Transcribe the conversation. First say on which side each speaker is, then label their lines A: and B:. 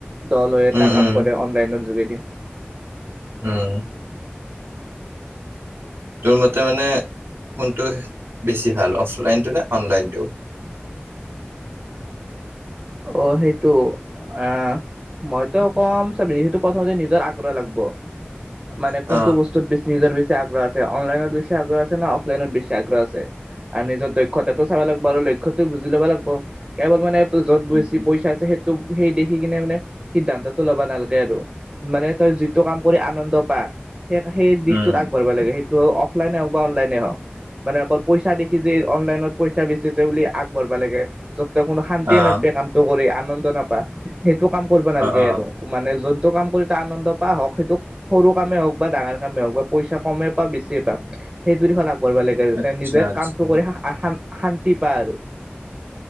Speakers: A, on the right; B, on the right.
A: দল হৈ এটা
B: উম,
A: কাম
B: উম,
A: কৰে, অনলাইনৰ যোগেদি।
B: উম, তোৰ মতে মানে কোনটো বেছি ভাল অফলাইনটো নে অনলাইনটো?
A: অ', সেইটো আহ মইতো কম চাবি সেইটো প্ৰথমতে নিজৰ আগ্ৰহ লাগব। মানে
B: অ',
A: কোনটো বস্তুত বেছি নিজৰ বেছি আগ্ৰহ আছে, অনলাইনৰ বেছি আগ্ৰহ আছে না অফ অফলাইনত বেছি আগ্ৰহ আছে আৰু নিজৰ দক্ষতাটো চাবা লাগব আৰু লক্ষ লক্ষ্যটো বুজি লবা লাগব, কেৱল মানে য'ত
B: উম,
A: বেছি পইচা আছে সেই সেই দেখি কিনে মানে, সিদ্ধান্তটো লবা নালগে আৰু মানে তই যিটো কাম কৰি আনন্দ পা সেই সেই দিশটোত
B: উম,
A: আগবাঢ়িবা লাগে। সেই ত অফলাইনে হওক বা অনলাইনে হওক মানে অকল পইচা দেখি যে অনলাইনত পইচা বেচি বুলি আগবঢ়া লাগে যতে কোনো শান্তিয়ে
B: অ',
A: নাপায়ে কামটো কৰি আনন্দ নাপা। সেইটো কাম কৰিব নালাগে
B: অ', অ',
A: আৰু মানে যত টো কাম কৰি আনন্দ পা হওক সেইটো সৰু কামেই হওক বা ডাঙাৰ কামেই হওক বা পইচা কমেই পা বেছিয়ে পা। সেইটো দিখ লাগিব। কৰিবা লাগে
B: আচ্ছা,
A: তে নিজে
B: আচ্ছা।
A: কামটো কৰি শা-শা-শান্তি পায় আৰু।